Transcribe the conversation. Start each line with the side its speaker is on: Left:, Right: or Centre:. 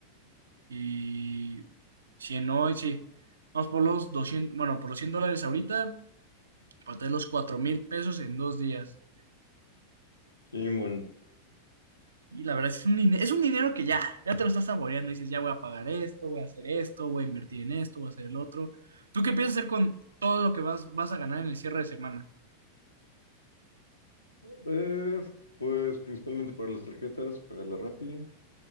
Right: y 100 hoy, sí. Vamos por los doscientos, bueno, por los cien dólares ahorita, para tener los 4000 pesos en dos días.
Left: Simón,
Right: Y la verdad es que es un, dine- es un dinero que ya, ya te lo estás saboreando. Dices, ya voy a pagar esto, voy a hacer esto, voy a invertir en esto, voy a hacer el otro. ¿Tú qué piensas hacer con todo lo que vas, vas a ganar en el cierre de semana?
Left: a ver, pues principalmente para las tarjetas, pagar la Rappi.